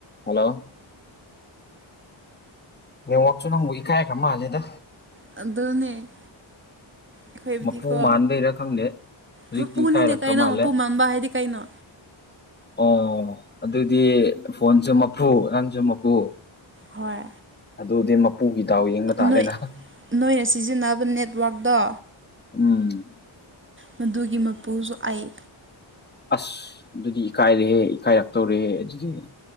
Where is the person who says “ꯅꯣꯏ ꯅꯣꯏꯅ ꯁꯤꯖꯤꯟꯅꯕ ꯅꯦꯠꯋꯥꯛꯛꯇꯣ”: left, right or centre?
Right